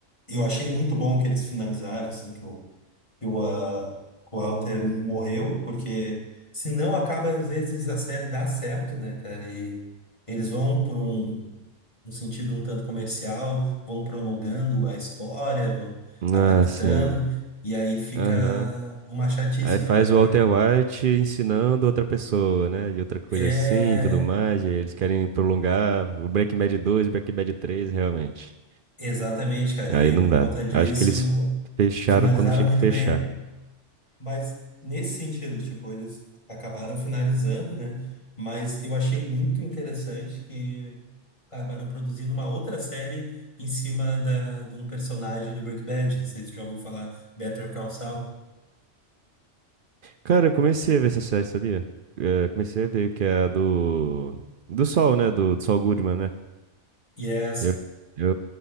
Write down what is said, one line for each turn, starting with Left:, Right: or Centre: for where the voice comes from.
Left: eu achei muito bom que eles finalizaram, assim, que o, ah, que o Walter morreu, porque se não acaba, às vezes a série dá certo, né, cara? E eles vão por um, um sentido um tanto comercial, vão prolongando a história, vão
Right: Ah,
Left: adaptando,
Right: sim.
Left: e aí fica
Right: Aham.
Left: uma chatice,
Right: Aí faz
Left: né, cara?
Right: o
Left: Já
Right: Walter White ensinando outra pessoa, né? E outra coisa
Left: é
Right: assim e tudo mais. E aí eles querem prolongar o Breaking Bad 2 e Breaking Bad 3, realmente.
Left: exatamente, cara.
Right: Aí
Left: E aí
Right: não
Left: por
Right: dá.
Left: conta disso
Right: Acho que eles fecharam
Left: finalizaram
Right: quando tinha
Left: muito
Right: que fechar.
Left: bem, né? Mas nesse sentido, tipo, eles acabaram finalizando, né? Mas eu achei muito interessante que acabaram produzindo uma outra série em cima da, de um personagem do Breaking Bad. Não sei se já ouviu falar Better Call Saul.
Right: Cara, eu comecei a ver essa série, sabia? Eh, comecei a ver que é a do. Do Sol, né? Do, do Saul Goodman, né?
Left: E é
Right: Eu, eu,